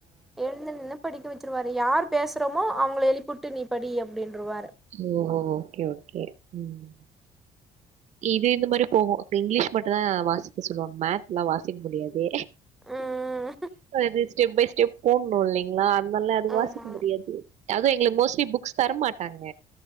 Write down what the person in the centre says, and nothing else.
எழுந்து நின்னு படிக்க வச்சருவாரு யார் பேசுறோமோ அவங்கள எழுப்பிட்டு நீ படி அப்டின்றுவாரு
ம்
ஆமா